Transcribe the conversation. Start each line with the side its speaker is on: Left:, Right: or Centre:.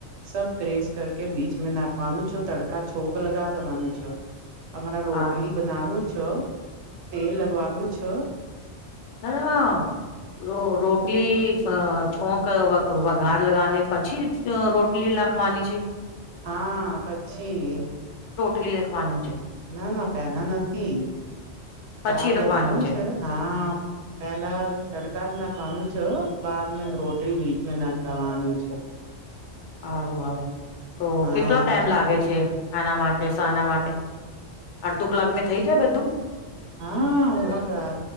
Right: સબ ક્રેસ કર કે બીચ મેં નાખ વાનું છ, તડકા છોક લગાવ દેવાનું છો. હમણાં રોટલી
Left: હા
Right: બનાનું છ, તેલ લગવાનું છ.
Left: ના, ના ર રોટલી અહ છોક વક વક ઘાર લગાને પછી જ રોટલી નાખવાની છે.
Right: હા પછી.
Left: લી નખવાનું
Right: ના-ના પેહલા નથી,
Left: પછી
Right: દાળ બનવાનું
Left: રખવાનું
Right: છે, હા. પેલા તડકા જ ના ખાવાનું છે બાદ રોટલી બીજ ના ખાવાનું છે
Left: સારું સારું તો
Right: હા
Left: કેટલા ટાઈમ લાગે છે આના માટે શાના માટે અડધો કલાક મેં થઈ જાય બધું
Right: હા અમરા